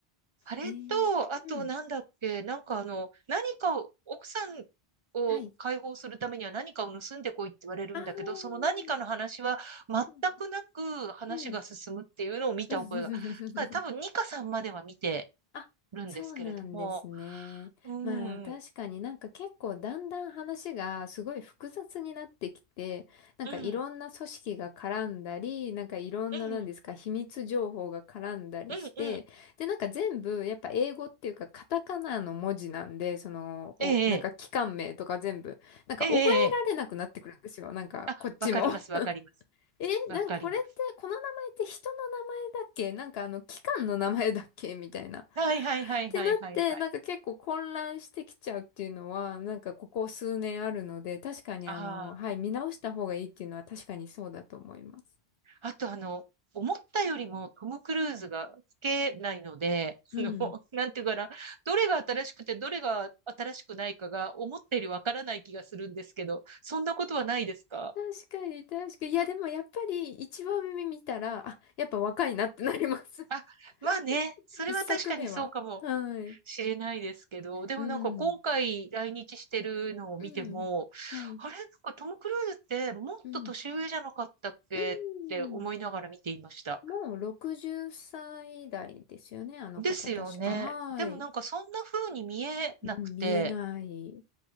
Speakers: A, on the right; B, on the left.
A: あれと、
B: えー、
A: あとなんだっけ、
B: うん。
A: なんかあの、何かを、奥さんを解放するためには何かを盗んでこいって言われるんだけど、
B: はい。ああ、
A: その何かの話は全くなく話が進むっていうのを見た覚えが。
B: うん。うん。<laughs>
A: だから多分2かさんまでは見て
B: あそうなんですね。
A: るんですけれども、うん、
B: まあ確かになんか結構だんだん話がすごい複雑になってきて、
A: うん、
B: なんかいろんな組織が絡んだり、
A: うん、
B: なんかいろんななんですか秘密情報が絡んだりして、
A: うん、うん、うん、
B: でなんか全部やっぱ英語っていうかカタカナの文字なんで、その、お、
A: ええ、
B: なんか機関名とか全部、なんか覚えられなくなってくるんですよ。
A: ええ、ええ、ええ
B: なんかこっちも。
A: あ、わかります、わかります。
B: <laughs> え、
A: わかります。
B: なんかこれって、この名前って人の名前だっけなんかあの機関の名前だっけみたいな。っ
A: はいはいはいはいはいはい。
B: てなって、なんか結構混乱してきちゃうっていうのは、なんかここ数年あるので、確かにあの、
A: ああ。
B: はい、見直した方がいいっていうのは確かにそうだと思います。
A: あとあの、思ったよりもトム・クルーズが老けないので、<laughs>
B: うん。
A: あの、なんていうかな、どれが新しくてどれが新しくないかが思ったよりわからない気がするんですけど、そんなことはないですか
B: 確かに、確かに。いや、でもやっぱり一番目見たら、あ、やっぱ若いなってなります。
A: あ、まあね、
B: <laughs>
A: それは確かにそうかも
B: 一作目は。はい。
A: しれないですけど、でもなんか今回来日してるのを見ても、
B: うん。うん。はい。
A: あれ、なんかトム・クルーズってもっと年上じゃなかったっけって思いながら見ていました。
B: うん。うん。もう60歳代ですよね、あの方確か。
A: ですよね。
B: はい。
A: でもなんかそんな風に見えなくて、
B: うん、見えない。